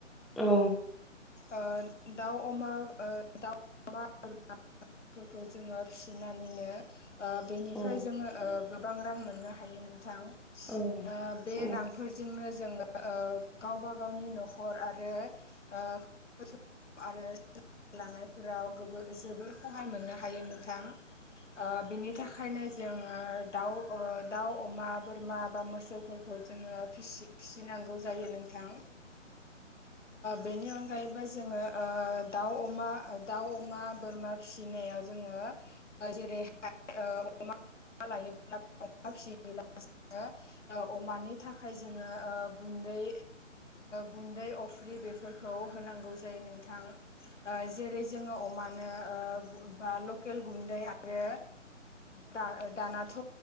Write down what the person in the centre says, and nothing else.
औ।
औ
औ
जोंनियावबोथ'